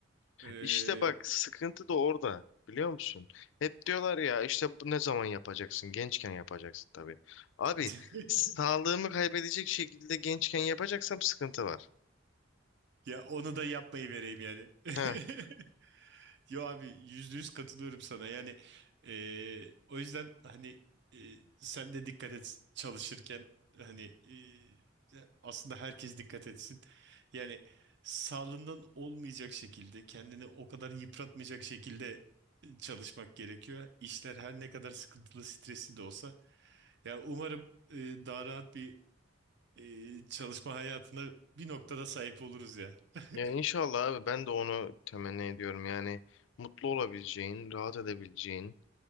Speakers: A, on the right (about 60°); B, on the left (about 65°).
A: eee,
B: İşte bak sıkıntı da orada biliyor musun? Hep diyorlar ya işte bu ne zaman yapacaksın? Gençken yapacaksın tabii. Abi
A: <laughs>
B: sağlığımı kaybedecek şekilde gençken yapacaksam sıkıntı var.
A: ya onu da yapmayı vereyim yani. <laughs>
B: He.
A: Yo abi yüzde yüz katılıyorum sana. Yani eee, o yüzden hani eee, sen de dikkat et çalışırken hani eee, aslında herkes dikkat etsin. Yani sağlığından olmayacak şekilde kendini o kadar yıpratmayacak şekilde çalışmak gerekiyor. İşler her ne kadar sıkıntılı, stresli de olsa. Ya umarım eee, daha rahat bir eee, çalışma hayatına bir noktada sahip oluruz ya. <laughs>
B: Ya inşallah abi ben de onu temenni ediyorum. Yani mutlu olabileceğin, rahat edebileceğin,